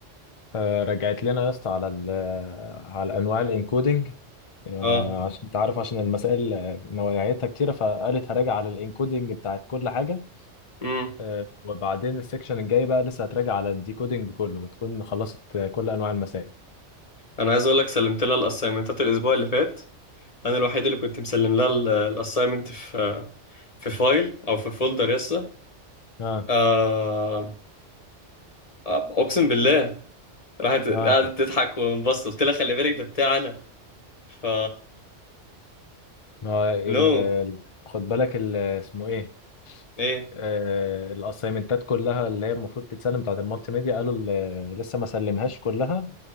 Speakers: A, on the left; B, on the left.
A: آه رجعت لنا يا اسطى على ال على انواع الانكودنج آه،
B: اه
A: عشان انت عارف عشان المسائل آه، نوعيتها كتيرة فقالت هراجع على الانكودنج بتاعت كل حاجة
B: امم
A: آه، وبعدين السكشن الجاي بقى لسه هتراجع على الديكودينج كله وتكون خلصت آه، كل انواع المسائل
B: انا عايز اقول لك سلمت لها الاسايمنتات الاسبوع اللي فات انا الوحيد اللي كنت مسلم لها الاساينمنت في في فايل او في فولدر يسا
A: اه
B: آه، آه، اقسم بالله راحت قعدت
A: اه
B: تضحك وانبسط قلت لها خلي بالك ده بتاع انا ف
A: ما هو ال-
B: نو
A: ال- خد بالك ال- اسمه ايه
B: ايه
A: آه الاسايمنتات كلها اللي هي المفروض تتسلم بتاعت المالتي ميديا قالوا ال- لسه ما سلمهاش كلها